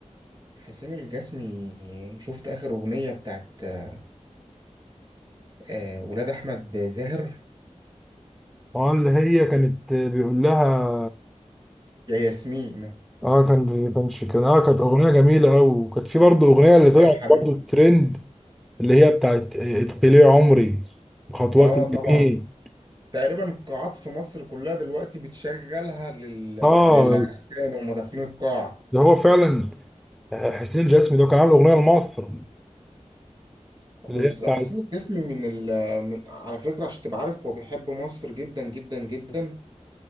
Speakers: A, on the right; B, in the centre.
A: حسين الجسمي شفت اخر اغنيه بتاعت آه، آه، ولاد احمد زاهر
B: اه اللي هي كانت بيقول لها
A: يا ياسمين
B: اه كان كانش كان اه كانت اغنيه جميله قوي وكانت في برضه اغنيه اللي
A: اسمها
B: طلعت
A: حبيبتي
B: برضه ترند اللي هي بتاعت ادخلي عمري بخطوات
A: اه
B: اليمين
A: طبعا تقريبا القاعات في مصر كلها دلوقتي بتشغلها لل...
B: اه
A: للعرسان وهم داخلين القاعه
B: ده هو فعلا آه، حسين الجسمي ده كان عامل اغنيه لمصر
A: وبز-
B: اللي هي بتاعت
A: حسين الجسمي من ال من على فكرة عشان تبقى عارف هو بيحب مصر جدا جدا جدا